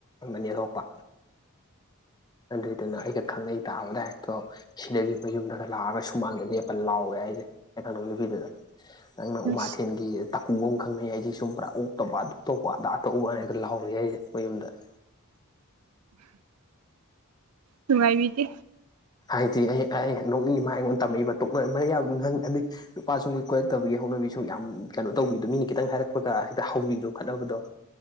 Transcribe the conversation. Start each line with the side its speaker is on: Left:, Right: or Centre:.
Left: ꯃꯅꯤ ꯊꯣꯛꯣꯛꯄ ꯑꯗꯨꯏꯗꯨꯅ ꯑꯩꯒ ꯈꯪꯅꯩ ꯇꯥꯕꯗꯥꯏ ꯍꯒꯤ ꯃꯌꯨꯝꯗꯒ ꯂꯥꯛꯑꯒ ꯁꯨꯃꯥꯡꯗ ꯂꯦꯞꯄ ꯂꯥꯎꯋꯦ ꯍꯥꯏꯁꯅꯣ ꯅꯨꯄꯤꯗꯨꯗ
Right: ꯑꯁ
Left: ꯎꯃꯥꯊꯦꯟꯒꯤ ꯇꯀꯨꯒ ꯑꯃ ꯈꯪꯅ ꯌꯥꯏꯁꯦ ꯁꯨꯝ ꯄꯨꯔꯥ ꯑꯣꯛꯇꯣꯄ ꯑ ꯑꯗꯨ ꯇꯣꯞꯄ ꯑꯗꯥ ꯑ ꯇꯛꯎ ꯋꯥ ꯍꯥꯏꯅꯒ ꯂꯥꯎꯔ ꯌꯥꯏꯁꯦ ꯑꯩꯣꯏ ꯌꯨꯝꯗ <inaudible>
Right: ꯅꯨꯡꯉꯥꯏ ꯕꯤꯗꯤ
Left: ꯍꯥꯏꯗꯤ ꯑꯩ ꯑꯩ ꯅꯣꯛꯅꯤꯡꯃ ꯑꯩꯉꯣꯟꯗ ꯇꯝꯃꯛꯏꯕ ꯇꯣꯛ ꯌꯥꯝ ꯅꯪ ꯑꯩ ꯅꯨꯄꯥꯁꯨ ꯃꯣꯏ ꯀꯣꯏꯔꯛꯇꯕꯒꯤ ꯍꯧꯅꯕꯤꯁꯨ ꯌꯥꯝ ꯀꯩꯅꯣ ꯇꯧꯕꯤꯗꯣ ꯃꯤꯅ ꯈꯤꯇꯪ ꯍꯥꯏꯔꯛꯄꯒ ꯁꯤꯗ ꯍꯧꯕꯤꯗꯣ ꯈꯠꯅꯕꯗꯣ